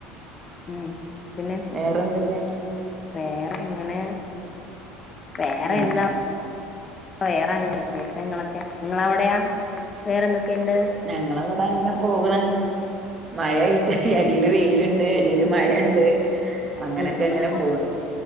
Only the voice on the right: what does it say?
വേറെ എന്തൊക്കെയാ
ഉം
ഞങ്ങള ഇവിടെ അങ്ങനെ പോകണ് മഴയിട്ട് അടിൽ വെയിലുണ്ട് അടിൽ മഴുണ്ട് അങ്ങനൊക്കെ
ഇങ്ങനെ പോണ്